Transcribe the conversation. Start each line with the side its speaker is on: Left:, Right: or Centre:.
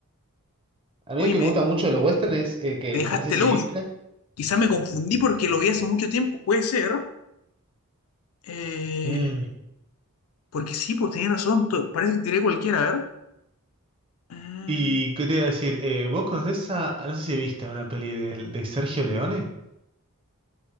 Right: a mí
Left: Oye,
Right: el que
Left: me,
Right: me gusta mucho de los westerns es eh, que
Left: me dejaste
Right: no sé si
Left: loco.
Right: viste.
Left: Quizás me confundí porque lo vi hace mucho tiempo, puede ser. Eh,
Right: Mm.
Left: porque sí, pues tenía razón, to- parece que tiré cualquiera, a ver. Mm,
Right: Y qué te iba a decir, eh, ¿vos conocés a, no sé si viste una peli de, de Sergio Leone?